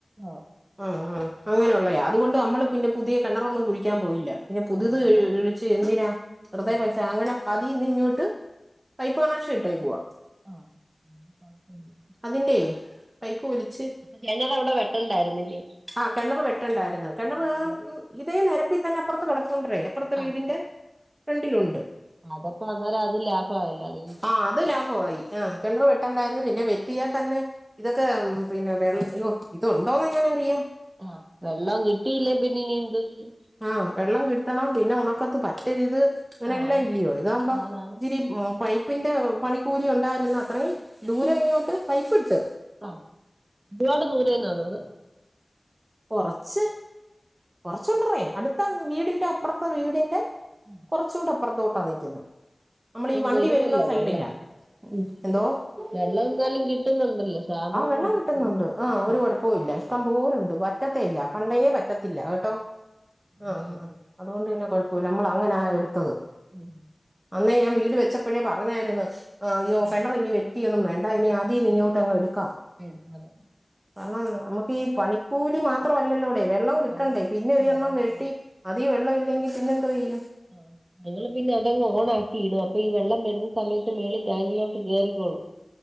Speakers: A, on the right; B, on the right.
A: ആ
B: ആ ആഹ അങ്ങനെയൊള്ളയാ അതുകൊണ്ട് അമ്മള് പിന്നെ പുതിയ കിണറൊന്നും കുഴിക്കാൻപോയില്ല പിന്നെ പുദ്ത്ഴ്‌ഴിച്ച്
A: ആ വെള്ളം
B: എന്തിനാ വെറുതെ
A: ഉം
B: പൈസ അങ്ങനെ അതീന്നിങ്ങോട്ട് പൈപ്പ് കണക്ഷൻ ഇട്ടേക്കുവാ
A: പൈപ്പ എടുക്കും ആ കൊഴപ്പില്ല
B: അതിന്റെയ് പൈപ്പ് ഒലിച്ച്
A: കിണറ് അവിടെ വെട്ടണ്ടായിരുന്നില്ലേ
B: ആ കെണറ് വെട്ടണ്ടാര്ന്ന്. കെണറ്
A: ആഹ്
B: ഹ് ഉ ഇതേനെരപ്പിതന്നപ്രത്ത് കെടപ്പുൻഡ്രേ അപ്പറത്തെ
A: ആഹ്
B: വീടിന്റെ- ഫ്രണ്ടിലുണ്ട്
A: അതപ്പോ അന്നേരം അത് ലാഭമായല്ല അത്
B: ആ അത് ലാഭമായി ആ കിണർ വെട്ടണ്ടായിരുന്നു പിന്നെ വെട്ടിയാൽ തന്നെ ഇതൊക്കെ പിന്നെ വെൾ യ്യോ ഇതൊണ്ടോന്ന് എങ്ങനെന്തിയ്യും
A: ആവെള്ളം കിട്ടിയില്ലേൽ പിന്നെ ഇനി എന്തൊ ചെയ്യും
B: ആഹ് വെള്ളം കിട്ടണം പിന്നെ ഉണക്കത്ത് പറ്റരുത്. ങ്ങനെല്ലൊ
A: ആഹ്
B: ഇല്ലിയോ ഇതാവുമ്പം
A: അതാണ്
B: ച്ചിരി മോ പൈ. പ്പിന്റെ പണിക്കൂലി ഉണ്ടായിരുന്ന അത്രേ ദൂര ഇങ്ങോട്ട് പൈപ്പിട്ട്.
A: ആഹ് രുപാട് ദൂരെന്നാ അതത്.
B: കൊറച്ച് കൊറച്ചുണ്ടറെ അടുത്ത വീടിന്റെ അപ്പർത്തെ വീടിന്റെ.
A: ഉം.
B: കാർച്ചുട അപ്പർത്തോട്ടാ നിക്കുന്ന മ്മളീ വണ്ടി
A: വരുവല്ലോ
B: വരുന്ന സൈഡിലാ
A: വെള്ളം ഉം
B: എന്തോ?
A: വെള്ളം എന്നാലും കിട്ടുന്നുണ്ടല്ലോ ക്ഷാമൊന്നുമില്ല
B: ആഹ് വെള്ളം കിട്ടുന്നുണ്ട്
A: ഉം
B: ആഹ് ഒരു
A: ഉം
B: കൊഴപ്പോല്ല ഇഷ്ടം. പോലുണ്ട് വറ്റത്തേയില്ല പണ്ടേ വറ്റത്തില്ല കേട്ടോ
A: അത്
B: ആഹ്
A: കാര്യം
B: ആഹ്. അതുകൊണ്ട് പിന്നെ കൊഴ്പ്പുല്ല മ്മൾ അങ്ങനാ എടുത്തത്.
A: ഉം.
B: അന്നേ ഞാ വീട് വെച്ചപ്പഴേ പറഞ്ഞായിര്ന്നു ആ അയ്യോ
A: ആഹ്
B: കണറിനി വെ ത്തിയൊന്നും വേണ്ട ഇനി അതീന്ന് ഇങ്ങോട്ട് അങ്ങ് എടുക്കാ.
A: <unintelligible> അതെ.
B: കാരണം നമക്കീ പണിക്കൂലി മാത്രവല്ലല്ലോടെ വെള്ളവും കിട്ടണ്ടേ
A: അല്ല
B: പിന്നെ ഒരെണ്ണം
A: ആഹ് വേണം
B: വെട്ടി.
A: വേണം
B: അതീ വെള്ളവില്ലെങ്കിൽ പിന്നെന്തോ യെയ്യും?
A: ആഹ്. ഞങ്ങൾ പിന്നെ അതങ്ങ് ഓൺ ആക്കി ഇടു അപ്പൊ ഈ വെള്ളം വരുന്ന സമയത്ത് മേളി ടാങ്കിലോട്ട് കേറിക്കോളും